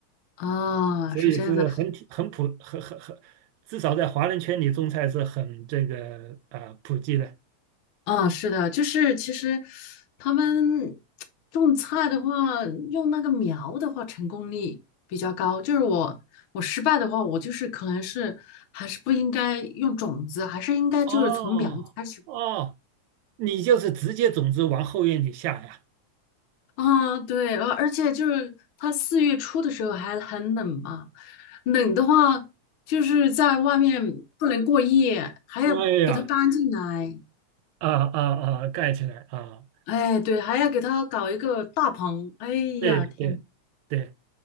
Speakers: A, on the left; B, on the right.
A: 啊，
B: 所以是很挺很普很很很，
A: 哦，是这样子。
B: 至少在华人圈里种菜是很这个啊、普及的。
A: 啊，是的，就是其实他们种菜的话，用那个苗的话，成功率比较高。就是我我失败的话，我就是可能是还是不应该用种子，还是应该就是从苗开始
B: 哦哦，你就是直接种子往后院里下呀？
A: 啊。对，而而且就是它四月初的时候还很冷嘛，冷的话就是在外面不能过夜，还要给它搬进来。
B: 哎呀，啊啊啊，盖起来啊！
A: 哎，对，还要给它搞一个大棚。哎呀，
B: 对对对，
A: 天，